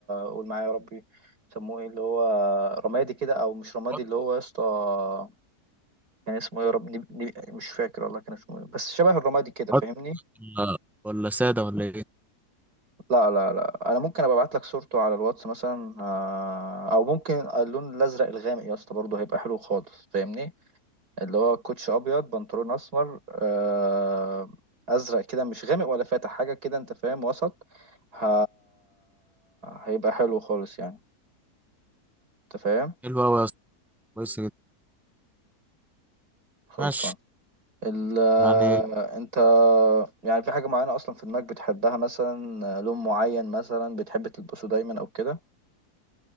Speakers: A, on the right; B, in the centre.
A: قول معايا يا ربي سموه ايه اللي هو رمادي كده او مش رمادي
B: بط-
A: اللي هو يا اسطى كان اسمه ايه يا رب نب- نب- مش فاكر والله كان اسمه ايه بس شبه الرمادي كده
B: بط-
A: فاهمني
B: ولا ولا ساده ولا ايه
A: لا لا لا انا ممكن ابقى ابعت لك صورته على الواتس مثلا آه، او ممكن اللون الازرق الغامق يا اسطى برضه هيبقى حلو خالص فاهمني اللي هو كوتش ابيض بنطلون اسمر آه، ازرق كده مش غامق ولا فاتح حاجه كده انت فاهم وسط ه- هيبقى حلو خالص يعني انت فاهم
B: حلو قوي يا اسطى كويسه جدا
A: خلصان
B: ماشي
A: ال آه،
B: يعني
A: انت يعني في حاجه معينه اصلا في دماغك بتحبها مثلا آه، لون معين مثلا بتحب تلبسه دايما او كده